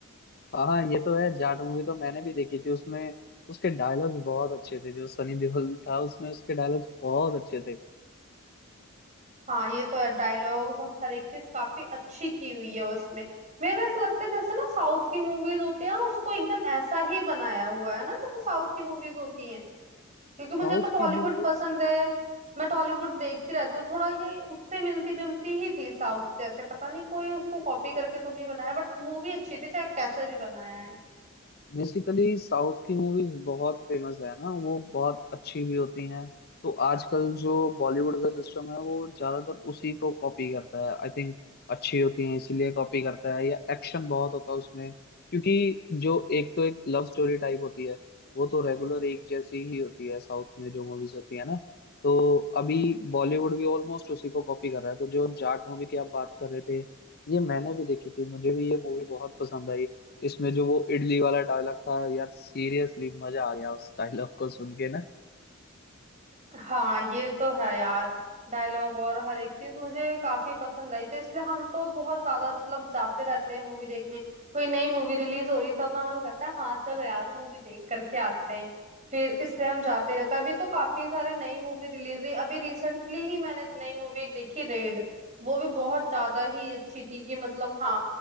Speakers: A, on the left; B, on the right.
A: हाँ हाँ, ये तो है जाट मूवी तो मैंने भी देखी थी उसमें उसके डायलॉग्स बहुत अच्छे थे जो सनी देओल था उसमें उसके डायलॉग्स बहुत अच्छे थे
B: हाँ ये तो है डायलॉग्स हर एक चीज काफी अच्छी की हुई है उसमें मेरे को ऐसा लगता है जैसे ना साउथ की मूवीज होती है ना उसको एकदम ऐसा ही बनाया हुआ है ना जैसे साउथ की मूवीज होती हैं क्योंकि मुझे
A: साउथ
B: तो टॉलीवुड
A: की मूवी
B: पसंद है मैं टॉलीवुड देखती रहती हूँ थोड़ा ये उससे मिलती जुलती ही थी साउथ जैसे पता नहीं कोई उसको कॉपी करके तो नहीं बनाया बट मूवी अच्छी थी चाहे कैसे भी बनाया है
A: बेसिकली साउथ की मूवीज बहुत फेमस है ना वो बहुत अच्छी भी होती हैं तो आजकल जो बॉलीवुड का सिस्टम है वो ज्यादातर उसी को कॉपी करता है आई थिंक अच्छी होती हैं इसीलिए कॉपी करता है या एक्शन बहुत होता है उसमें क्योंकि जो एक तो एक लव स्टोरी टाइप होती है वो तो रेगुलर एक जैसी ही होती है साउथ में जो मूवीज होती है ना तो अभी बॉलीवुड भी ऑलमोस्ट उसी को कॉपी कर रहा है तो जो जाट मूवी की आप बात कर रहे थे ये मैंने भी देखी थी मुझे भी ये मूवी बहुत पसंद आई इसमें जो वो इडली वाला डायलॉग था यार सीरियसली मजा आ गया उस डायलॉग को सुन के ना
B: हाँ ये तो है यार डायलॉग और हर एक चीज मुझे काफी पसंद आई तो इसलिए हम तो बहुत ज्यादा मतलब जाते रहते हैं मूवी देखने कोई नई मूवी रिलीज हो रही तो अपना मन करता है हाँ चलो यार मूवी देख करके आते हैं फिर इसलिए हम जाते रहते हैं अभी तो काफी सारे नई मूवी रिलीज हुई अभी रिसेंटली ही मैंने नई मूवी एक देखी रेड वो भी बहुत ज्यादा ही अच्छी थी कि मतलब हाँ